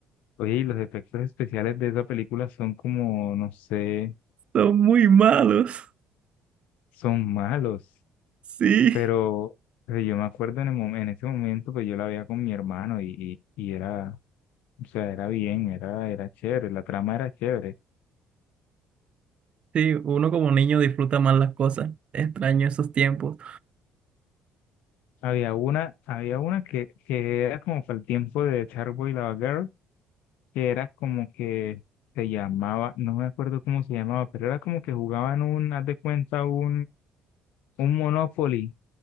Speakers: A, on the left; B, on the right.
A: Oye, y los efectos especiales de esa película son como, no sé,
B: Son muy malos.
A: son malos,
B: Sí.
A: pero, pero yo me acuerdo en el mom- en ese momento, pues yo la veía con mi hermano y, y, y era, o sea, era bien, era, era chévere, la trama era chévere.
B: Sí, uno como niño disfruta más las cosas. Extraño esos tiempos.
A: Había una, había una que, que era como para el tiempo de Charboy Lava Girl, que era como que se llamaba, no me acuerdo cómo se llamaba, pero era como que jugaban un, haz de cuenta, un, un Monopoly,